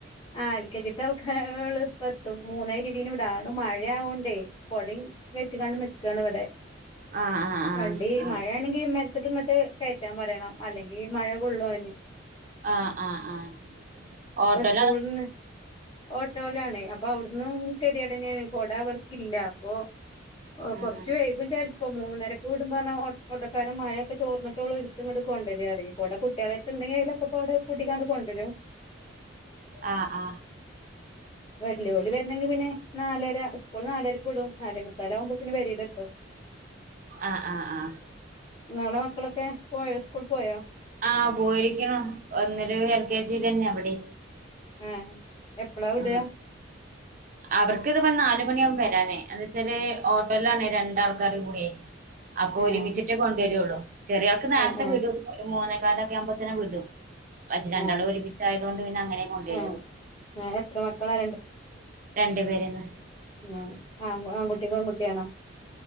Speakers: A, on the left; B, on the right.
A: ആൽക്കെജിട്ടക്ക ഇപ്പത്തും മൂന്നായി ഇരുവീന ഇട അണ്ട് മഴയാവണ്ടേ പൊട വെച്ച കണ്ട് നക്കാണ് <inaudible> ടെ
B: ആഹ് ആഹ് ആഹ്
A: വണ്ടി
B: അത്
A: മഴയാണെങ്കിൽ
B: ശരി
A: അക്ക ഇങ്ങോട്ട് കയറ്റാൻ പറയണം അല്ലെങ്കിൽ മഴ കൊള്ളും അവന്
B: ആഹ ആഹ് ആഹ ഓട്ടോ
A: സ്കൂള നിന്ന് ഓട്ടോയിലാണ അപ്പൊ അവിടന്നും കെരിയടന കൊട അവർക്കില്ല അപ്പൊ
B: ആഹ്
A: കുറച്ചവേഗം വിചാരിച്ച ഇപ്പൊ മൂന്നരക്ക്െ വിടുമ്പോ പറഞ്ഞാ ഓട്ടക്കാരും മഴൊക്കെ ചോർന്നിട്ടോും എടുത്തുംടുക്ക കൊണ്ടര അറൂടെ കുട്ടികളെ എന്തെങ്ക അതിലക്കെ അവി കൂട്ടിക്കാണ്ട് കൊണ്ടുവരും
B: ആഹ ആഹ
A: വെല്ലുോളി വരണെങ്കിൽ പിന്നെ നാലര സ്കൂൾിൽ നാലര കൂടും നാലേ മുക്കാലാവകുമ്പോത്തെ വരയിലെത്തും
B: ആഹ് ആഹ് ആഹ്
A: നാളെ മക്കളൊക്കെ പോയോ സ്കൂൾ പോയോ
B: ആഹ പോയിരിക്കണോ ഒന്നര കൽക്കാച്ചരി തന്നെ അവിടെ
A: ആഹ് എപ്പളാ വിട
B: ഉ അവർക്ക് ഇത് പറഞ്ഞാലും അണ്ട മണിയാകുമ്പോ വരാനേ എ വെച്ചാല് ഓട്ടോയിലാണ്േ രണ്ടാൾക്കാർ കൂയേ അപ്പൊ
A: ആഹ്
B: ഒരുമിച്ചിട്ടേ കൊണ്ടുവരുള്ളൂ ചെറിയൾക്ക് നേരത്തെ
A: ആഹ് ആഹ്
B: വീട മൂന്നേക്കാലൊക്കെ ആമ്പത്തനെ വിടും. പക്ഷെ രണ്ടാളും
A: ആഹ്
B: ഒരുമിച്ചയത കൊണ്ട് പിന്നെ അങ്ങനെ കൊണ്ടുവരു...
A: ആഹ് ആഹ് എത്ര മക്കളാ
B: രണ്ട പേരന്ന്.
A: ഉ ആ ആൺകുട്ടി പെൺകുട്ടിയാണോ?